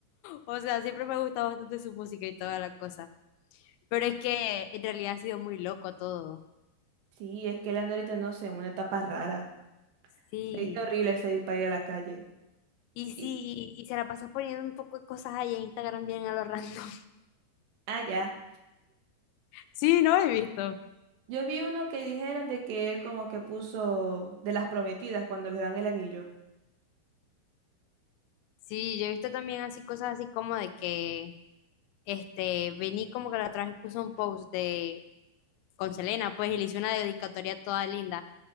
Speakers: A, on the left; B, on the right.
A: O sea, siempre me ha gustado bastante su música y toda la cosa. Pero es que en realidad ha sido muy loco todo.
B: Sí, es que él anda ahorita, no sé, en una etapa rara.
A: Sí.
B: Se dice horrible salir para ir a la calle.
A: Y sí,
B: Y,
A: y, y se la pasa poniendo un poco de cosas ahí en Instagram bien a lo random.
B: ah, ya.
A: Sí, no he visto.
B: Yo vi uno que dijeron de que él como que puso de las prometidas cuando les dan el anillo.
A: Sí, yo he visto también así cosas así como de que, este, Vení como que la otra vez puso un post de, con Selena, pues, y le hizo una dedicatoria toda linda.